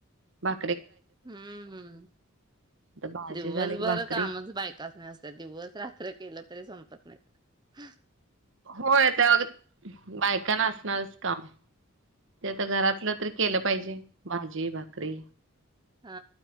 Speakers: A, on the right; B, on the right.
A: बा
B: हम्म -हम्म
A: आता भाजी
B: दिवसभरं
A: झाली की भाकरी
B: कामच बायकास्नी असत्यात दिवस रात्र केलं तरी संपत नाहीत... हा
A: होय ते अग <inaudible> बायकांना असणारच काम ते तर घरातलं तरी केलं पाहिजे भाजी भाकरी..
B: हा